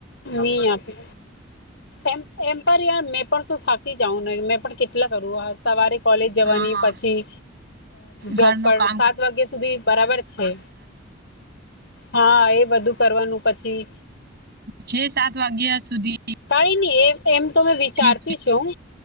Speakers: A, on the left; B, on the right.
A: ની આપે. એ એમ પર યાર મેં પણ તું થાકી જાઉં ને મેં પણ કેટલા કરું હ. સવારે કોલેજ જવાની
B: હા
A: પછી જોબ
B: ઘરનું
A: પર
B: કામ
A: સાત વાગ્યા સુધી બરાબર છે. હા એ બધું કરવાનું પછી
B: છે સાત વાગ્યા સુધી
A: કઈ નહી એ એમ તો મે વિચારતી
B: ઠીક છે
A: છું,